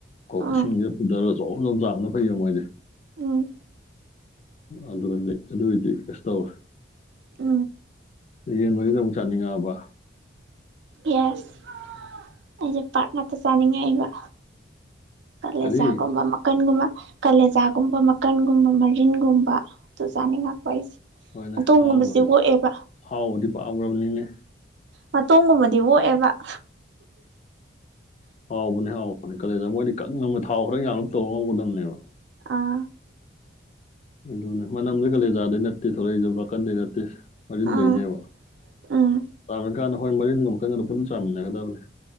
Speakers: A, on the left; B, on the right.
A: ꯀꯣ ꯏꯁꯤꯪꯁꯤꯗ
B: ꯑꯥ
A: ꯄꯨꯗꯔ ꯖꯣꯝ - ꯖꯣꯝ ꯆꯥꯕꯅ ꯐꯩꯩꯌꯦ ꯃꯣꯏꯗꯤ
B: ꯎ
A: ꯑꯗꯨꯗꯗꯤ ꯑꯗꯨꯑꯣꯏꯗꯤ ꯀꯩꯁ ꯇꯧꯔꯣꯏ
B: ꯑ
A: ꯌꯦꯟ ꯃꯔꯤꯟ ꯑꯃꯨꯛ ꯆꯥꯅꯤꯡꯉꯛꯑꯕ
B: ꯌꯦꯁ ꯑꯩꯁꯦ ꯄꯥꯔꯠ ꯉꯥꯛꯇ ꯆꯥꯅꯤꯡꯉꯛꯏꯕ ꯀꯂꯦꯖꯥꯒꯨꯝꯕ
A: ꯀꯔꯤ
B: ꯃꯀꯟꯒꯨꯝꯕ ꯀꯂꯦꯖꯥꯒꯨꯝꯕ ꯃꯀꯟꯒꯨꯝꯕ ꯃꯔꯤꯟꯒꯨꯝꯕ ꯑꯗꯨ ꯆꯥꯅꯤꯡꯉꯛꯄ ꯑꯩꯁꯦ
A: ꯍꯣꯏꯅꯦ
B: ꯃꯇꯣꯡꯒꯨꯝꯕꯁꯦ
A: ꯑꯍꯥꯎꯕꯗꯤ
B: ꯑꯣꯛꯑꯦꯕ
A: ꯑꯍꯥꯎꯕꯗꯤ ꯄꯥꯈ꯭ꯔꯕꯅꯤꯅꯦ
B: ꯃꯇꯣꯡ ꯒꯨꯝꯕꯗꯤ ꯑꯣꯛꯑꯦꯕ <unintelligible>
A: ꯍꯥꯎꯕꯅꯦ ꯍꯥꯎꯕꯅꯦ ꯀꯂꯦꯖꯥ ꯃꯣꯏꯗꯤ ꯀꯪꯅ ꯊꯥꯎ ꯈꯔ ꯌꯥꯝꯅꯞ ꯇꯧꯔ ꯉꯧꯒꯗꯕꯅꯦꯕ
B: ꯑꯥ
A: ꯑꯗꯨꯅꯦ ꯃꯅꯝꯗꯤ ꯀꯂꯦꯖꯥꯗꯩ ꯅꯠꯇꯦ ꯊꯣꯔꯛꯖꯦ ꯃꯀꯟꯗꯩ ꯅꯠꯇꯦ ꯃꯔꯤꯟꯗꯩꯅꯦꯕ
B: ꯑꯥ ꯎꯝ
A: ꯇꯃꯦ <unintelligible> ꯃꯔꯤꯟꯒ ꯑꯀꯟꯒꯗꯨ ꯄꯨꯟꯅ ꯆꯥꯃꯤꯟꯅꯒꯗꯕꯅꯤ